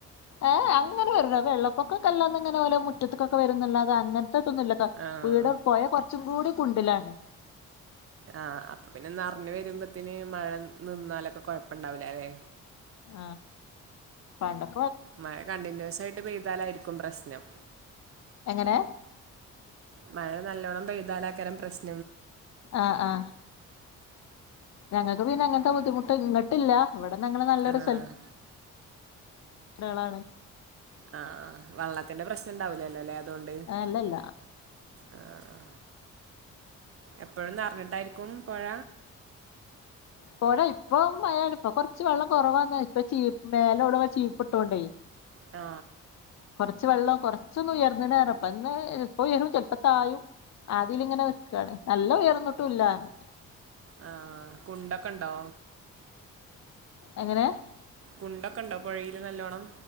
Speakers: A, on the left; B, on the right.
A: ഏ അങ്ങനെ വര്ണ വെള്ളപ്പൊക്കൊക്കെല്ലാന്നിങ്ങനെ പോലെ മുറ്റത്ത്ക്കൊക്കെ വരുന്നല്ലാതെ അങ്ങ ത്രക്കൊന്നുല്ലട്ടാ
B: ആഹ്
A: വീട് പോയാ കൊ ച്ചും കൂടി കുണ്ടിലാണ്
B: ആ അപ്പൊ പിന്നെ നെറഞ്ഞു വരുമ്പഴ്ത്തേന് മഴ നിന്നാലക്ക കൊഴപ്പൊണ്ടാവൂല അല്ലെ
A: ആ പണ്ടൊ
B: മഴ കണ്ടിന്യൂസായിട്ട് പെയ്താലായിരിക്കും പ്രശ്നം
A: എങ്ങനെ
B: മഴ നല്ലോണം പെയ്താലക്കരം പ്രശ്
A: ആ ആ ഞങ്ങക്ക് പിന്നെങ്ങ ബുദ്ധിമുട്ട് ഇങ്ങട്ടില്ല ഇവിടെ നങ്ങള് നല്ലൊരു
B: ആഹ്
A: സ്ഥല ടകളാണ്
B: ആ ആ വള്ളത്തിന്റെ പ്രശ്നം ഉണ്ടാവൂലല്ലോ ല്ലെ തോണ്ട്
A: അല്ലല്ല
B: ആ ആ എപ്പഴും നറഞ്ഞിട്ടായിരിക്കും പൊഴ
A: പൊഴ ഇപ്പൊ മഴാലിപ്പോ കൊറച്ച് വെള്ളം കുറവാന്നെ ഇപ്പചീ മേലൊഴുവൻ ചീപ്പ് ഇട്ടോണ്ടേ
B: ആ
A: കൊറച്ച് വെള്ളം കൊറച്ചൊന്നുയർന്ന നേരപ്പന്നെ എപ്പ ഉയരും ചെലപ്പ തായും ആദീല് ഇങ്ങനെ നിക്കാണ് നല്ല ഉയർന്നു ട്ടു ഇല്ലാറഞ്ഞ്
B: ആ കുണ്ടൊക്കെ ണ്ടോ
A: എങ്ങനെ
B: കുണ്ടൊക്കെ ഇണ്ടോ പൊഴയില് നല്ലോണം